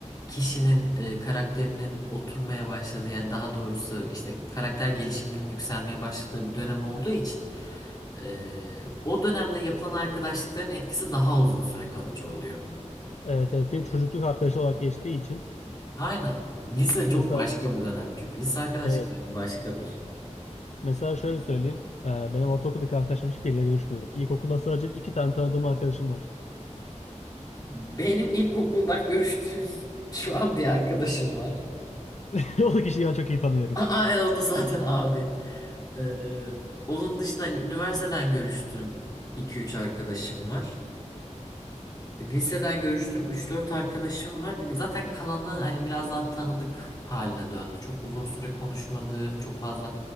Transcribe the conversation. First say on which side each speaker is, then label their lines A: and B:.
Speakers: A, on the left; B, on the left.
A: kişinin e, karakterinin oturmaya başladığı yani daha doğrusu işte karakter gelişiminin yükselmeye başladığı bir dönem olduğu için e, o dönemde yapılan arkadaşlıkların etkisi daha uzun süre kalıcı oluyor.
B: Evet evet. Bir çocukluk arkadaşı olarak geçtiği için
A: Aynen. Lise çok
B: mesela
A: başka bir dönem çünkü. Lise arkadaşlıkları
B: evet,
A: bir başkadır.
B: Mesela şöyle söyleyeyim. e, Benim ortaokuldaki arkadaşlarım hiçbiriyle görüşmüyorum. İlkokulda sadece iki tane tanıdığım arkadaşım var.
A: Benim ilkokuldan görüştüğüm <laughs> şu an bir arkadaşım var.
B: <laughs> O da kişiyi ben çok iyi tanıyorum.
A: Aa, e, o da zaten abin. Ee, onun dışında hani üniversiteden görüştüğüm iki üç arkadaşım var. E, Liseden görüştüm. üç dört arkadaşım var. Zaten kalanı hani biraz daha tanıdık haline döndü. Çok uzun süre konuşmadığım, çok fazla